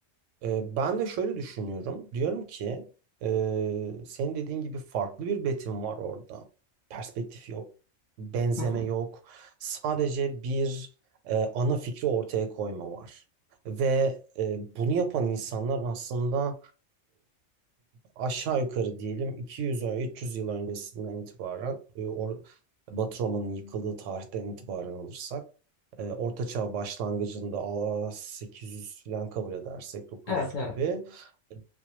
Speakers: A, on the right; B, on the left.
A: E, ben de şöyle düşünüyorum. Diyorum ki e, senin dediğin gibi farklı bir betim var orada. Perspektif yok, benzeme
B: Hı hı.
A: yok. Sadece bir e, ana fikri ortaya koyma var. Ve e, bunu yapan insanlar aslında aşağı yukarı diyelim 200 ö- 300 yıl öncesinden itibaren e, or, Batı Roma'nın yıkıldığı tarihten itibaren alırsak e, Orta Çağ başlangıcında a 800 falan kabul edersek 900
B: Evet, evet.
A: gibi e,